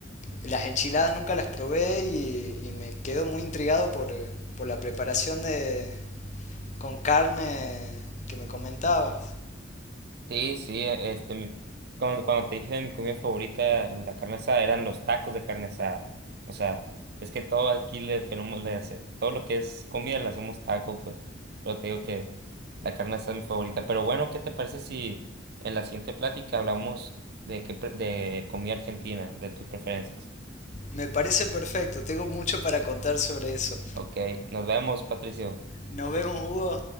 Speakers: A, on the left (about 40°); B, on the right (about 55°).
A: las enchiladas nunca las probé y, y me quedo muy intrigado por, por la preparación de, con carne que me comentabas.
B: Sí, sí, e, este, mi, cuando, cuando te dije de mi comida favorita, la carne asada, eran los tacos de carne asada. O sea, es que todo aquí le tenemos, le hace- todo lo que es comida le hacemos taco, pues. Pero te digo que la carne asada es mi favorita. Pero bueno, ¿qué te parece si en la siguiente plática hablamos de qué pre- de comida argentina, de tus preferencias?
A: Me parece perfecto, tengo mucho para contar sobre eso.
B: Ok, nos vemos, Patricio.
A: Nos vemos, Hugo.